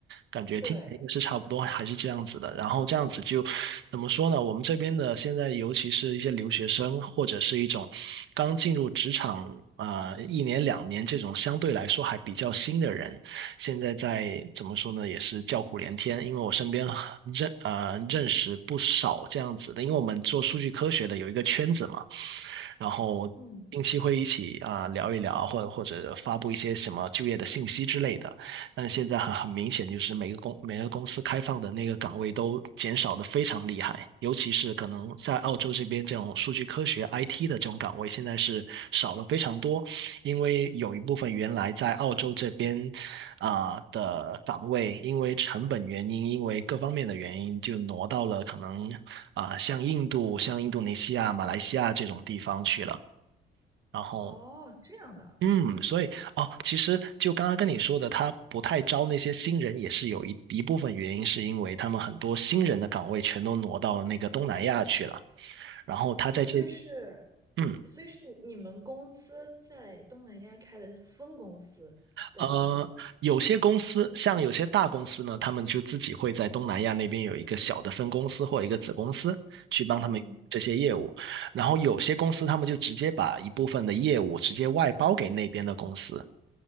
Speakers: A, on the right; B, on the right.
A: 感觉听起来应该是差不多，
B: 对，
A: 还是这样子的。然后这样子就怎么说呢？我们这边的现在，尤其是一些留学生，或者是一种刚进入职场啊、呃一年两年这种相对来说还比较新的人，现在在怎么说呢？也是叫苦连天，因为我身边认呃认识不少这样子的，因为我们做数据科学的有一个圈子嘛。然后定期会一起啊、
B: 嗯。
A: 聊一聊，或者或者发布一些什么就业的信息之类的。但现在很很明显，就是每个公每个公司开放的那个岗位都减少的非常厉害，尤其是可能在澳洲这边这种数据科学 IT 的这种岗位，现在是少了非常多，因为有一部分原来在澳洲这边。啊、的岗位，因为成本原因，因为各方面的原因，就挪到了可能啊、像印度、像印度尼西亚、马来西亚这种地方去了。然后，
B: 哦，这样的。
A: 嗯，所以哦，其实就刚刚跟你说的，他不太招那些新人，也是有一一部分原因，是因为他们很多新人的岗位全都挪到那个东南亚去了。然后他在这，
B: 呃，所以是，
A: 嗯。
B: 所以是你们公司在东南亚开的分公司在招聘，
A: 呃，有些公司，像有些大公司呢，他们就自己会在东南亚那边有一个小的分公司或一个子公司，去帮他们这些业务。
B: 嗯，
A: 然后有些公司，他们就直接把一部分的业务直接外包给那边的公司。